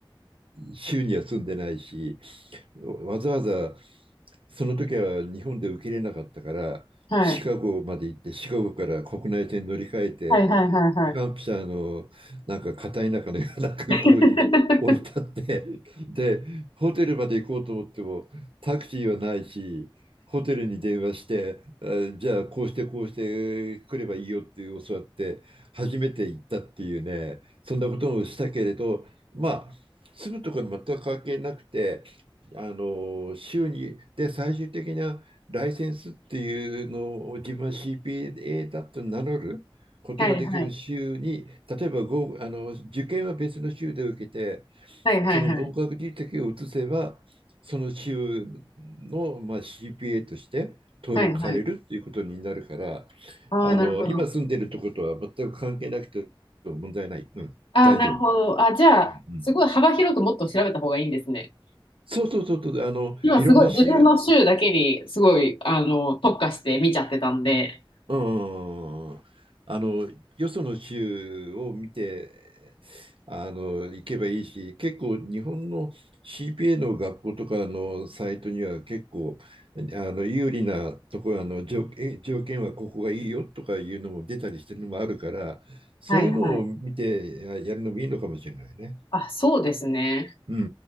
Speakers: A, on the right; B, on the left.
A: 州には住んでないし、わざわざその時は日本で受け入れなかったからシカゴまで行ってシカゴから国内線乗り換えてニューハンプシャーのなんか片田舎のような空港に
B: はい、はい、はい、はい。はい、
A: <laughs> 降り立ってでホテルまで行こうと思ってもタクシーはないしホテルに電話してあじゃあこうしてこうして来ればいいよって教わって初めて行ったっていうねそんなこともしたけれどまあ住むところに全く関係なくて
B: <laughs>
A: あの週にで最終的なライセンスっていうのを自分は CPA だと名乗ることができる州に例えば合あの受験は別の州で受けて
B: はい、<laughs> はい。はい、はい、
A: その合格実績を移せばその州の、
B: はい。
A: まあ、CPA として登録されるっていうことになるから
B: はいはい。ああ、
A: あの今住んでるとことは全く関係なくて問題ない、
B: なるほど。
A: うん、
B: ああ、
A: 大丈夫。
B: なるほど。
A: うん
B: あ、じゃあ、
A: うん
B: すごい幅広くもっと調べた方がいいんですね。
A: そうそうそうそう、あの、
B: 今すごい自分の州だけにすごいあの特化して見ちゃってたんで。
A: いろんな州、うん。うんあの、よその州を見て、あの、行けばいいし、結構日本の CPA の学校とかのサイトには結構、あの、有利なところ、あの、条え条件はここがいいよとかいうのも出たりしてるのもあるから、そういうのを見てややるのもいいのかもしれないね。
B: はいはい。あ、そうですね。
A: うんう